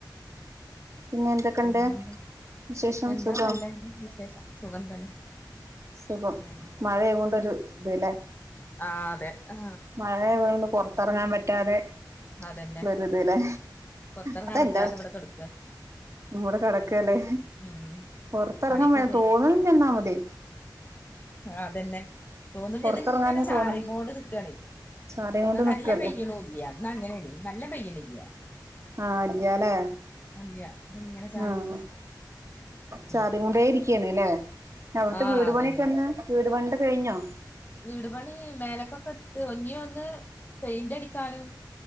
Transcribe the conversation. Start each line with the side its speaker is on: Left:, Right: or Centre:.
Right: പിന്നെ എന്തൊക്കെണ്ട്
Left: പിന്നെന്താ
Right: വിശേഷം
Left: എന്താ
Right: സുഖം
Left: നല്ലെ വിശേഷം സുഖം തന്നെ
Right: സുഖം
Left: അന്നെ
Right: മഴയോണ്ടൊരു ഇത് ല്ലേ
Left: ആ അതെ ആ
Right: മഴയായോണ്ട് പൊറത്തെറങ്ങാൻ പറ്റാതെ
Left: അതന്നെ
Right: ള്ളൊരുത് ലെ
Left: പൊറത്തിറങ്ങാൻ
Right: അതെന്താ
Left: പറ്റാതെ ഇവിടെ കെടക്കാ
Right: മൂട് കെടക്കാല്ലേ
Left: ഉം
Right: പുറത്തെറങ്ങാൻ
Left: പണിയൊക്കെ
Right: വരെ തോന്ന് ഇല നമതി
Left: അതെന്നെ തോന്ന്ണ്ല്ല
Right: പൊറത്തെറങ്ങാനേ
Left: ഇത്ങ്ങനെ ചാറിങ്ങോണ്ട്
Right: തോന്നി
Left: നിക്കാണേ
Right: ചാറിങ്ങോണ്ട്
Left: ന്നാ നല്ലം
Right: നിക്കല്ലേ
Left: പെയ്യ്ണു യ്യ ന്ന അങ്ങനാണേ നല്ല പെയ്യണില്ല
Right: ആഹ് ഇല്ലാല്ലേ
Left: ഇല്ല ഇതിങ്ങനെ ചാറിയോണ്ടിരിക്ക
Right: ആഹ ചാറിങ്ങൊണ്ടേരിക്ക്യാണ്ല്ലേ?
Left: ഉം
Right: അവ്ട്ത്തെ
Left: ആഹ്
Right: വീട്
Left: അതന്നെ
Right: പണിയൊക്കെന്ന് വീട് പണിന്റെ കെയ്ഞ്ഞോ
Left: വീടുപണി മേലക്കൊക്കെ ത് ഇന്യോന്ന് പെയിന്റടിക്കാനും